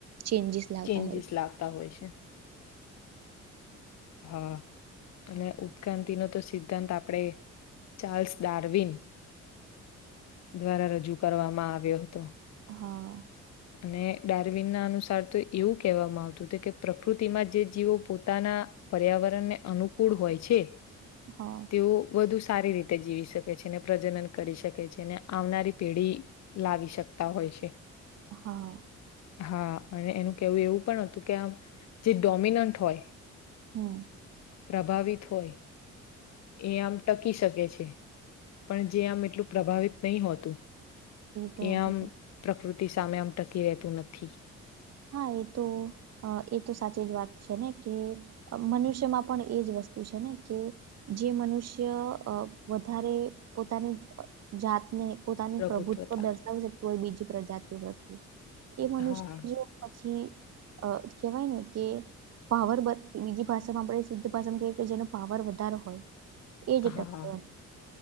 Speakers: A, on the right; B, on the left.
A: ચેન્જીસ લાવતા
B: ચેન્જીસ
A: હોય
B: લાવતા હોય છે હા અને ઉત્ક્રાંતિ ન તો સિ સંત આપડે ચાર્લ્સ ડારવિન દ્વારા રજૂ કરવામાં આવ્યો હતો
A: હા
B: અને ડારવીન ના અનુસાર તો એવું કહેવામાં આવતું હતું કે પ્રકૃતિમાં જે જીવો પોતાના પર્યાવરણને અનુકૂળ હોય છે
A: હા
B: તેઓ વધુ સારી રીતે જીવી શકે છે અને પ્રજનન કરી શકે છે ને આવનારી પેઢી લાવી શકતા હોય છે
A: હા
B: હા અને એનું કેવું એવું પણ હતું કે આમ જે ડોમિનન્ટ હોય
A: હમ્મ
B: પ્રભાવિત હોય એ આમ ટક પી શકે છે. પણ જે આમ એટલું પ્રભાવિત નહીં હોતું
A: તો
B: એ
A: નથી
B: આમ,
A: થ
B: પ્રકૃતિ સામે આમ ટકી રહેતું નથી.
A: હા, એ તો, અ એ તો સાચી જ વાત છે ને, કે મનુષ્યમાં પણ એજ વ સ્તુ છે ને, કે જે મનુષ્ય અ વધારે પોતાની જાતને પોતાનું
B: પ્રભુત્વતા
A: પ્રભુત્વ દર્શાવી શકતું હોય બીજી પ્રજાતિઓ પ્રત્યે, એ મનુષ્ય
B: હા
A: પછી અ કહેવાય ને કે પાવર બ, બીજી ભામાં આપણે શુદ્ધ ભાષામાં કહીએ કે જેનો પાવર વધારે હોય એ જી,
B: હા
A: <unintelligible>